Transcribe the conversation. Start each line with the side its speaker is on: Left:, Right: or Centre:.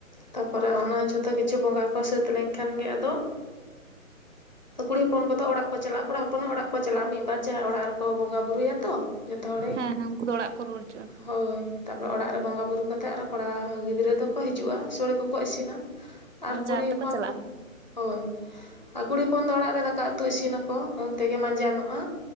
Left: ᱛᱟᱯᱚᱨᱮ ᱚᱱᱟ ᱡᱷᱚᱛᱚ ᱛᱚ ᱠᱤᱪᱷᱩ ᱵᱚᱸᱜᱟ ᱠᱚ ᱥᱟᱹᱛ ᱞᱮᱱᱠᱷᱟᱱ ᱜᱮ ᱟᱫᱚ ᱠᱩᱲᱤ ᱦᱚᱯᱚᱱ ᱠᱚᱫᱚ ᱚᱲᱟᱜ ᱠᱚ ᱪᱟᱞᱟᱜᱼᱟ ᱠᱚᱲᱟ ᱦᱚᱯᱚᱱ ᱦᱚᱸ ᱚᱲᱟᱜ ᱠᱚ ᱪᱟᱞᱟᱜᱼᱟ ᱢᱤᱫ ᱵᱟᱨ ᱚᱲᱟᱜ ᱨᱮᱠᱚ ᱵᱚᱸᱜᱟ ᱵᱩᱨᱩᱭᱟ ᱛᱚ ᱡᱚᱛᱚ ᱦᱚᱲᱮ᱾
Right: ᱦᱮᱸ ᱦᱮᱸ ᱩᱱᱠᱩ ᱫᱚ ᱚᱲᱟᱜ ᱠᱚ ᱨᱩᱣᱟᱹᱲ ᱦᱤᱡᱩᱜᱼᱟ
Left: ᱦᱳᱭ ᱛᱟᱯᱚᱨᱮ ᱚᱲᱟᱜ ᱨᱮ ᱵᱚᱸᱜᱟ ᱵᱩᱨᱩ ᱠᱟᱛᱮᱜ ᱟᱨᱦᱚ ᱠᱚᱲᱟ ᱜᱤᱫᱽᱨᱟᱹ ᱫᱚᱠᱚ ᱦᱤᱡᱩᱜᱼᱟ ᱥᱳᱲᱮ ᱠᱚᱠᱚ ᱤᱥᱤᱱᱟ᱾ ᱟᱨ ᱠᱩᱲᱤ
Right: ᱡᱟᱦᱮᱨ ᱛᱮᱠᱚ
Left: ᱦᱚᱯᱚᱱ
Right: ᱪᱟᱞᱟᱜᱼᱟ
Left: ᱠᱚ ᱦᱳᱭ ᱟᱨ ᱠᱩᱲᱤ ᱦᱚᱯᱚᱱ ᱫᱚ ᱚᱲᱟᱜ ᱨᱮ ᱫᱟᱠᱟ ᱩᱛᱩ ᱤᱥᱤᱱᱟᱠᱚ ᱩᱱ ᱛᱮᱜᱮ ᱢᱟᱸᱡᱟᱱᱚᱜᱼᱟ᱾